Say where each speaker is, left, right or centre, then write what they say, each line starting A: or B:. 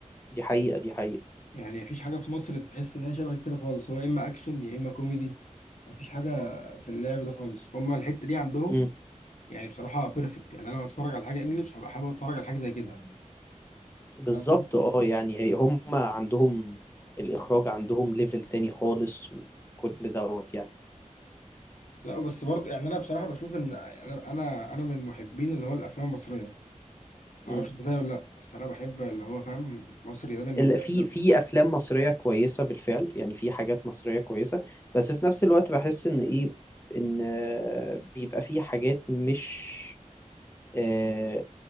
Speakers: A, on the left (about 20°); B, on the left (about 70°).
A: دي حقيقة دي حقيقة
B: يعني مفيش حاجة في مصر تحس ان هي شبه كده خالص هو يا اما اكشن يا اما كوميدي مفيش حاجة في اللعب ده خالص هم الحتة دي عندهم
A: مم.
B: يعني بصراحه بيرفكت يعني انا لو اتفرج على حاجه انجليش هبقى حابب اتفرج على حاجه زي كده
A: بالظبط
B: فاهم قصدي؟
A: اه يعني هي هم عندهم الإخراج عندهم ليفل تاني خالص وكل دوت
B: لا بس برضه يعني انا بصراحه بشوف ان انا انا انا من محبين اللي هو الافلام المصريه ما
A: يعني
B: اعرفش انت زيي ولا لا بس انا بحب اللي هو فاهم مصري ده بالنسبه
A: ال- في
B: لي لو
A: في افلام مصريه كويسه بالفعل يعني في حاجات مصريه كويسه بس في نفس الوقت بحس ان ايه ان آه، بيبقى في حاجات مش آه،